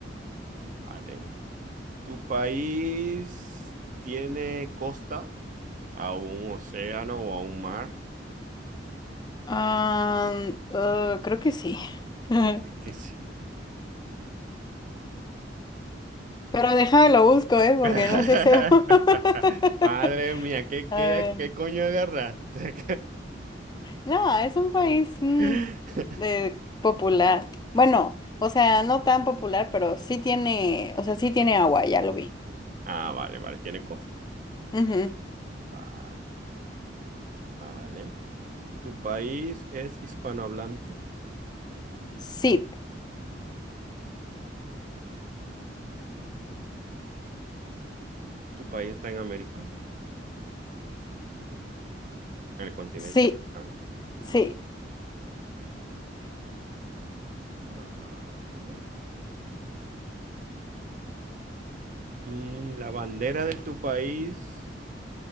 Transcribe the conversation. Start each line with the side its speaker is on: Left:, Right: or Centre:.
Right: Vale. ¿Tu país tiene costa? ¿A un océano o a un mar?
Left: Ah, eh, creo que sí. <laughs>
Right: Es que sí.
Left: Pero déjame lo busco, ¿eh? Porque
Right: <laughs>
Left: no sé seguro. <laughs>
Right: Madre mía, ¿qué,
Left: A
Right: qué,
Left: ver.
Right: qué coño agarraste?
Left: No, es un país mm,
Right: <laughs>
Left: eh, popular. Bueno, o sea, no tan popular, pero sí tiene, o sea, sí tiene agua, ya lo vi.
Right: Ah, vale, vale, tiene costa.
Left: Ujú.
Right: Va- Vale. ¿Tu país es hispanohablante?
Left: Sí,
Right: Ok. ¿Tu país está en América? ¿En el continente
Left: sí,
Right: americano? Vale.
Left: sí.
Right: Vale. Mm, la bandera de tu país